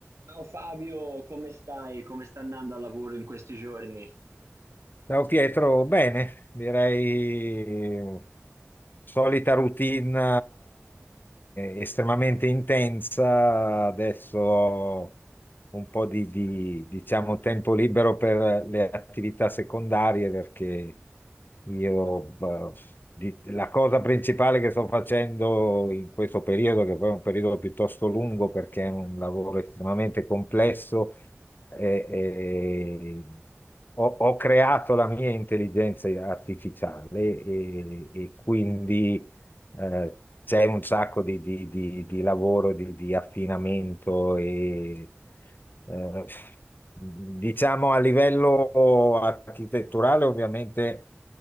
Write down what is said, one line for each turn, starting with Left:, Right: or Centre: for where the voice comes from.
Right: Ciao Fabio, come stai? Come sta andando al lavoro in questi giorni?
Left: Ciao Pietro, bene, direi eh, solita routine eh, estremamente intensa, adesso ho un po' di, di, diciamo, tempo libero per le attività secondarie perché io beh, di- la cosa principale che sto facendo in questo periodo, che poi è un periodo piuttosto lungo perché è un lavoro estremamente complesso, eh, eh, ho, ho creato la mia intelligenza artificiale e, e quindi eh, c'è un sacco di, di- di- di lavoro, di, di affinamento e eh, diciamo a livello architetturale ovviamente